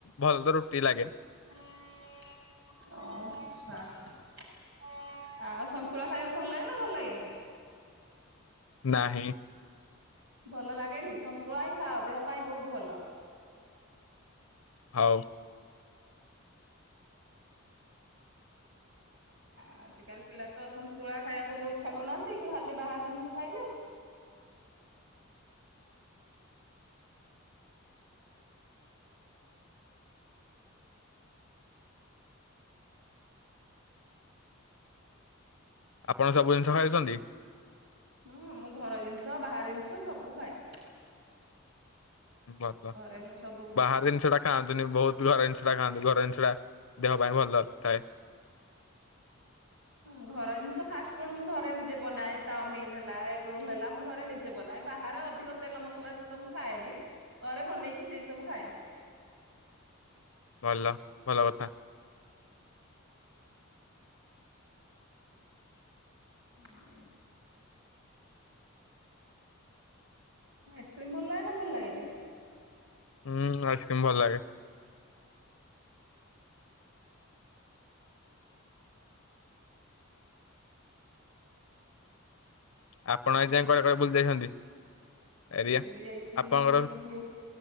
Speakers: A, on the left; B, on the right.
A: ଭଲ ତ ରୁଟି ଲାଗେ।
B: ଅ ଆଚ୍ଛା ଆଉ ସ ନ୍ତୁଳା ଖାଇଆକୁ ଭଲ ଲାଗେ ନା ଭଲ ଲାଗେନି?
A: ନାହିଁ।
B: ଭଲ ଲାଗେନି ସନ୍ତୁଳା ହିଁ ଖାଅ ଦେହ ପାଇଁ ବହୁତ ଭଲ।
A: ହଉ।
B: ଆଜିିକାଲି ପିଲା ତ ସନ୍ତୁଳା ଖାଇଆକୁ ବହୁ ଇଚ୍ଛା କରୁନାହାନ୍ତି ଖାଲି ବାହାର ଜିନିଷ ଖାଇଲେ।
A: ଆପଣ ସବୁ ଜିନିଷ ଖାଉଛନ୍ତି?
B: ହୁଁ ମୁଁ ଘର ଜିନିଷ ବାହାର ଜିନିଷ ସବୁ ଖାଏ।
A: ଭଲ
B: ଘରେ ମୁଁ ସବୁ
A: ବାହାର ଜିନିଷଟା ଖାଆନ୍ତୁନି ବହୁତ ଘର ଜିନିଷ ତୁଳା ଖାଆନ୍ତୁ ଘର ଜିନିଷଡ଼ା ଦେହ ପାଇଁ ଭଲ ଥାଏ
B: ହୁଁ ଘର ଜିନିଷ ଫାଷ୍ଟ ଫୁଡ ମୁଁ ଘରେ ନିଜେ ବନାଏ ଚାଉମିନ ହେଲା ଏଗ ରୋଲ ହେଲା ମୁଁ ଘରେ ନିେ ଯବ ନା ବାହାରେ ଅଧିକ ତେଲ ମସଲାଯୁକ୍ତ ମୁଁ ଖାଏନି ପରେରେ ବନେଇକି ସେଇ ସବୁ ଖାଏ
A: ଭଲ ଭଲ କଥା
B: ହୁଁ ହ ଆଇସ୍କ୍ରିମ୍ ଭଲ ଲାଗେ ନା ଭଲ ଲାଗେନି
A: ହୁଁ ଆଇସକ୍ରିମ୍ ଭଲ ଲାଗେ ଆପଣ
B: ଆଉ
A: ଆଜି ଯା କୁଆଡେ କୁଆଡେ ବୁଲି ଯାଇଛନ୍ତି ଏରିଆ
B: ବୁଲି ଯାଇଛି
A: ଆପଣଙ୍କର
B: ମୁଁ